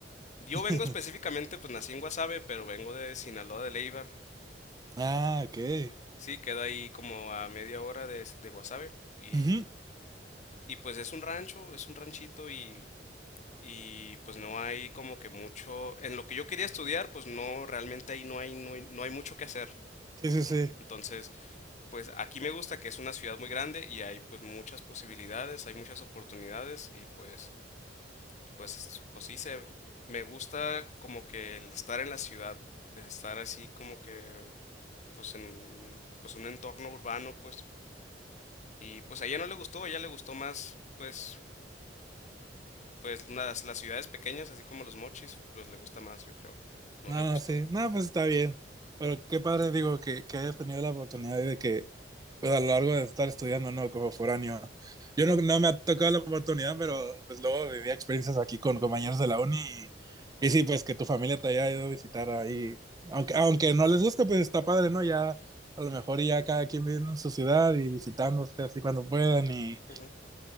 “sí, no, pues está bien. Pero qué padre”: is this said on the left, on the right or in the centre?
Right